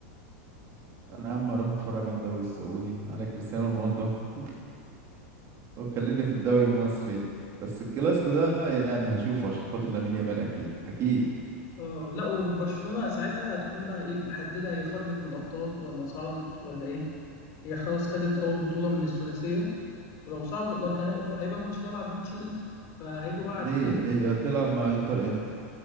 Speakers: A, on the right; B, on the left.
A: انا يا عم اروح اتفرج على الدوري السعودي على كريستيانو رونالدو <laughs> وخليني في الدوري المصري بس الكلاسيكو ده يعني هشوفه عشان خاطر لامين يامال اكيد اكيد
B: اه لا وبرشلونة ساعتها هتكون بقى ايه محددة هي خرجت من الأبطال ولا صعدت ولا ايه هي خلاص خدت أول بطولة من الثلاثية ولو صعدوا لو كان هيبقى الماتش ده بعد ماتش الإنتر فهيبقوا بقى عارفين
A: ليه هي
B: <laughs>
A: هتلعب مع انتر امتى